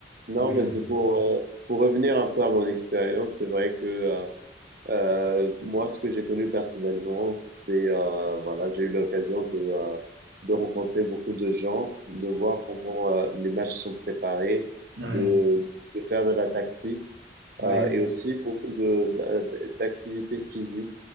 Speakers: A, on the right; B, on the right.
A: Non,
B: Oui,
A: mais
B: oui,
A: c'est pour, euh, pour revenir un peu à mon expérience, c'est vrai que euh, euh, moi, ce que j'ai connu personnellement, c'est, euh, voilà, j'ai eu l'occasion de, euh, de rencontrer beaucoup de gens, de voir comment euh, les matchs sont préparés,
B: oui.
A: de, de faire de la tactique,
B: oui,
A: euh, et aussi beaucoup de, d- d'activités physiques,